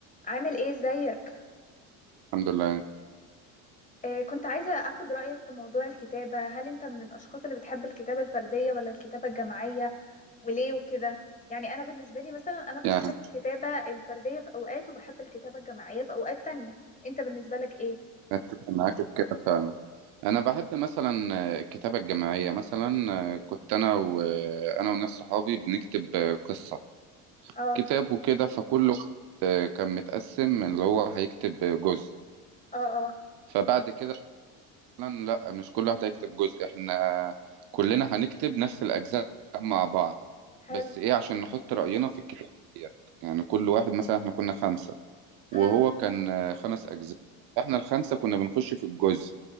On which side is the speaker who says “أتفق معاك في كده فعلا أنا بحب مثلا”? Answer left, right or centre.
Right